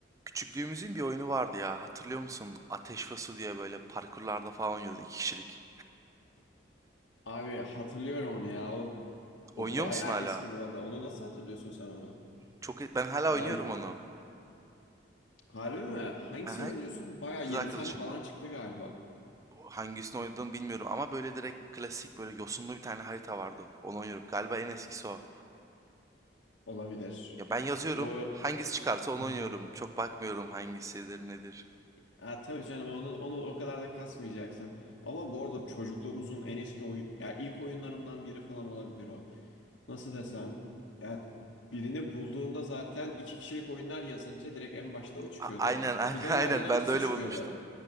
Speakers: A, on the right; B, on the left.
A: Küçüklüğümüzün bir oyunu vardı ya. Hatırlıyor musun? Ateş ve Su diye böyle parkurlarda falan oynuyordun iki kişilik.
B: Abi hatırlıyorum onu ya. O,
A: Oynuyor
B: o bayağı
A: musun hala?
B: eski bu arada. Onu nasıl hatırlıyorsun sen onu?
A: Çok ben hala
B: Ya
A: oynuyorum onu.
B: harbi mi? Hangisini
A: Aha,
B: oynuyorsun? Bayağı
A: kız
B: 7
A: arkadaşım.
B: tane falan çıktı galiba.
A: Hangisini oynadığımı bilmiyorum ama böyle direkt klasik böyle yosunlu bir tane harita vardı. Onu oynuyorum. Galiba en eskisi o.
B: Olabilir.
A: Ya ben yazıyorum.
B: O...
A: Hangisi çıkarsa onu
B: Hı
A: oynuyorum.
B: hı.
A: Çok bakmıyorum hangisidir nedir.
B: Ha, tabii canım onu, onu o kadar da kasmayacaksın. Ama bu arada çocukluğumuzun en eski oyun... Ya ilk oyunlarımdan biri falan olabilir o. Nasıl desem? Ya birini bulduğunda zaten iki kişilik oyunlar yazınca direkt en başta o çıkıyordu.
A: A- aynen <laughs> aynen
B: Bir de
A: aynen.
B: maden avcısı
A: Ben de öyle
B: çıkıyordu.
A: bulmuştum.